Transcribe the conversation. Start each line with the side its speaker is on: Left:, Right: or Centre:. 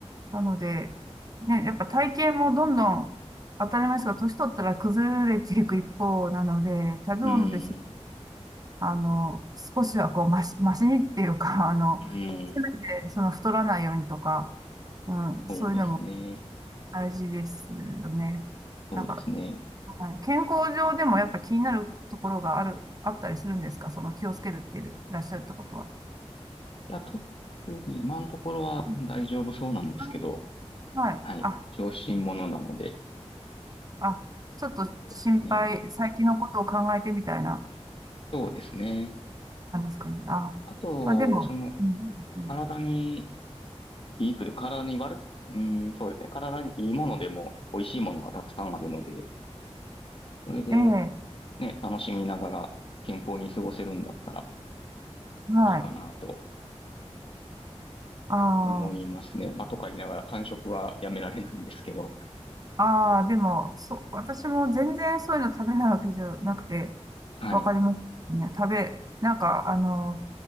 Right: なので、ね、やっぱ体型もどんどん当たり前ですが、年取ったら崩れていく一方なので、食べ物です。
Left: うん。
Right: あの、少しはこう、まし、ましにっていうか、<laughs> あの、
Left: うん。
Right: せめて、その、太らないようにとか、うん、そういうのも
Left: そうですね。
Right: 大事ですよね。
Left: そうですね。
Right: なんか、はい、健康上でもやっぱ気になるところがある、あったりするんですかその気をつけるっていらっしゃるってことは。
Left: いや、特に今のところは大丈夫そうなんですけど、
Right: うんあはい。
Left: はい。
Right: あ、
Left: 小心者なので、
Right: あ、ちょっと心配、
Left: そうですね。
Right: 最近のことを考えてみたいな
Left: そうですね。
Right: 感じですかね。あ、
Left: あと、
Right: まあでも、
Left: その、
Right: うんうん
Left: 体にいいという、体に悪く、うん、そうですね。体にいいものでも美味しいものがたくさんあるので、それで
Right: ええ、
Left: ね、楽しみながら健康に過ごせるんだったら
Right: はい。
Left: いいかなと
Right: あ
Left: 思いますね。まあ、とか言いながら間食はやめられないんですけど。
Right: あ、ああ、でも、そう、私も全然そういうの食べないわけじゃなくて、
Left: はい。
Right: わかりますね。食べ、なんか、あの、